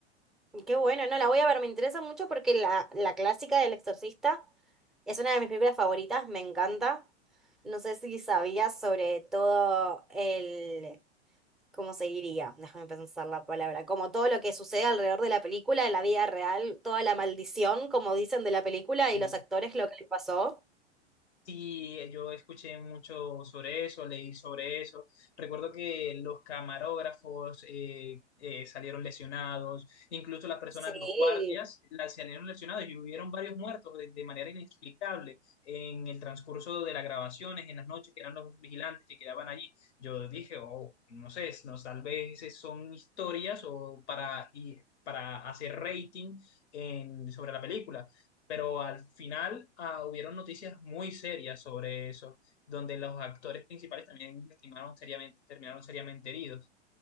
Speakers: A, in the centre; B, on the left (about 70°).
A: Qué bueno, no, la voy a ver, me interesa mucho porque la, la clásica del exorcista. Es una de mis películas favoritas, me encanta. No sé si sabías sobre todo el, ¿cómo se diría? Déjame pensar la palabra. Como todo lo que sucede alrededor de la película, en la vida real, toda la maldición, como dicen, de la película y
B: Eh,
A: los actores, lo que les pasó.
B: Sí, yo escuché mucho sobre eso, leí sobre eso. Recuerdo que los camarógrafos eh, eh, salieron lesionados, incluso las personas,
A: Sí.
B: los guardias, las salieron lesionados y hubieron varios muertos de, de manera inexplicable en el transcurso de las grabaciones, en las noches que eran los vigilantes que quedaban allí. Yo dije, oh, no sé, no, tal vez son historias o para, y- para hacer rating en- sobre la película pero al final ah, hubieron noticias muy serias sobre eso, donde los actores principales también lastimaron seriamente, terminaron seriamente heridos.